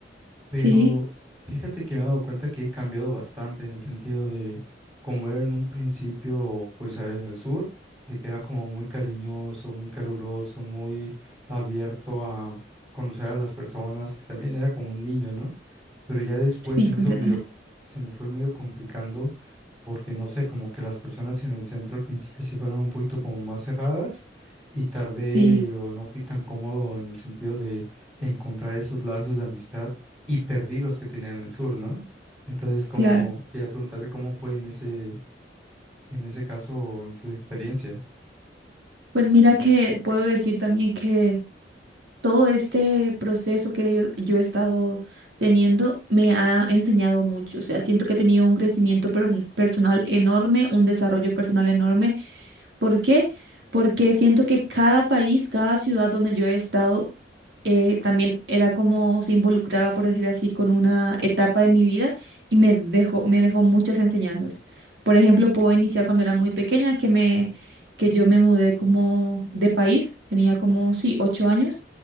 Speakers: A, on the right; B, on the right.
A: Pero
B: sí,
A: fíjate que me he dado cuenta que he cambiado bastante en el sentido de como era en un principio, pues en el sur, de que era como muy cariñoso, muy caluroso, muy abierto a conocer a las personas, pues también era como un niño, ¿no? Pero ya después
B: sí,
A: se me
B: completamente.
A: hizo medio, se me fue medio complicando porque no sé, como que las personas en el centro al principio sí fueron un poquito como más cerradas y tardé
B: Sí,
A: o no fui tan cómodo en el sentido de encontrar esos lazos de amistad y perdí los que tenía en el sur, ¿no? Entonces, como
B: claro.
A: quería preguntarte cómo fue en ese, en ese caso, en tu experiencia.
B: Pues mira que puedo decir también que todo este proceso que yo, yo he estado teniendo me ha enseñado mucho. O sea, siento que he tenido un crecimiento per- personal enorme, un desarrollo personal enorme ¿Por qué? Porque siento que cada país, cada ciudad donde yo he estado, eh, también era como se involucraba, por decir así, con una etapa de mi vida y me dejó, me dejó muchas enseñanzas. Por ejemplo, puedo iniciar cuando era muy pequeña, que me, que yo me mudé como de país, tenía como, sí, ocho años,